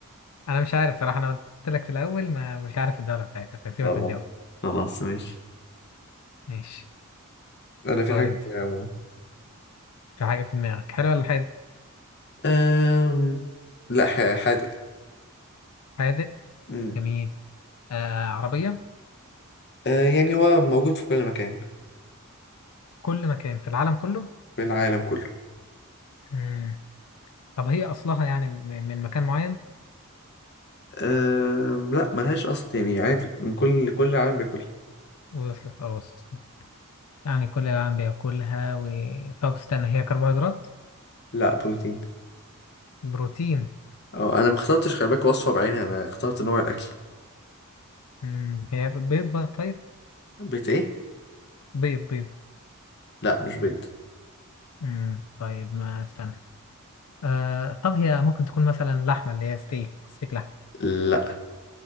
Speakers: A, on the left (about 80°); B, on the left (about 50°).
A: انا مش عارف صراحة انا قلت لك في الاول ما مش عارف الدولة بتاعتها فسيبك
B: خلاص
A: من الدول
B: خلاص ماشي
A: ماشي
B: انا في
A: اختار
B: حاجه
A: انت
B: يا عمو
A: في حاجة في دماغك حلو ولا حادق
B: أم... لا ح- حادق
A: حادق
B: أمم.
A: جميل آه عربية
B: أه يعني هو موجود في كل مكان
A: كل مكان في العالم كله
B: في العالم كله
A: مم. طب هي أصلها يعني م- من مكان معين
B: أم... لا ملهاش اصل يعني عادي من كل كل العالم بياكلها
A: وصلت اه وصلت يعني كل العالم بياكلها و طب استنى هي كربوهيدرات
B: لا بروتين
A: بروتين
B: اه انا ما اخترتش خلي بالك وصفه بعينها انا اخترت نوع الاكل
A: مم. هي بيض بقى طيب
B: بيت ايه
A: بيض بيض
B: لا مش بيض
A: مم. طيب ما استنى آه طب هي ممكن تكون مثلا لحمة اللي هي ستيك ستيك لحمة
B: لا